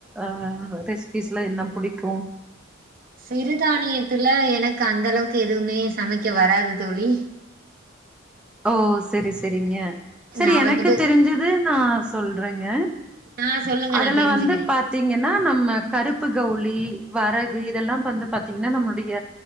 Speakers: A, in the centre; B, on the right.
A: ஆ ரெசி பீஸ்ல என்ன புடிக்கு
B: சிறுதானியத்துல எனக்கு அந்த அளவுக்கு எதுவுமே சமைக்க வராது தோழி
A: ஓ செரி செரிங்க சரி
B: நா
A: எனக்கு
B: வந்துட்டு
A: தெரிஞ்சது நா சொல்றேங்க
B: ஆ சொல்லுங்க
A: அதுல
B: நா தெரிஞ்சுக்கிறே
A: வந்து பாத் தீங்கன்னா நம்ம கருப்பு கவுளி வரகு இதெல்லா வந்து பாத்தீங்கன்னா நம்மளுடைய